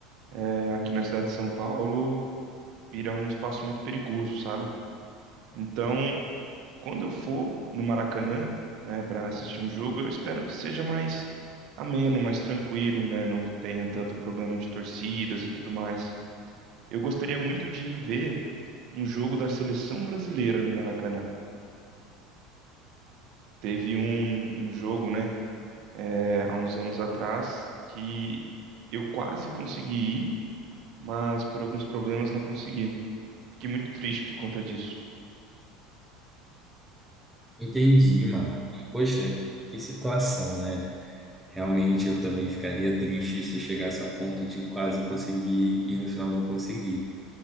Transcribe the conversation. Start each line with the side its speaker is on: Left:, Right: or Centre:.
Right: é, aqui na cidade de São Paulo, vira um espaço muito perigoso, sabe? Então, quando eu for no Maracanã, né, para assistir um jogo, eu espero que seja mais ameno, mais tranquilo, né? Não tenha tanto problema de torcidas e tudo mais. Eu gostaria muito de ver um jogo da seleção brasileira no Maracanã. Teve um, um jogo, né, é, há uns anos atrás, que eu quase consegui ir, mas por alguns problemas não consegui. Fiquei muito triste por conta disso.
Centre: Entendi, Marco. Poxa, que situação, né? Realmente eu também ficaria triste se eu chegasse ao ponto de quase conseguir e no final não conseguir.